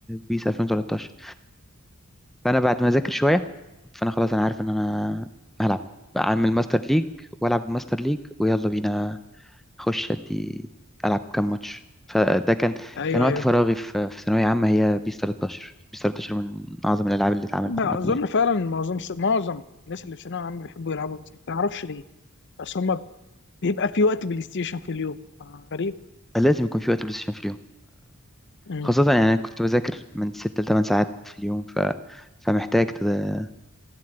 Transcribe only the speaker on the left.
ايوه
ايوه
لا
اظن
فعلا معظم معظم الناس اللي في ثانوية عامة بيحبوا يلعبوا بلاي ستيشن ما اعرفش ليه بس هما بيبقى في وقت بلاي ستيشن في اليوم آه، غريب
امم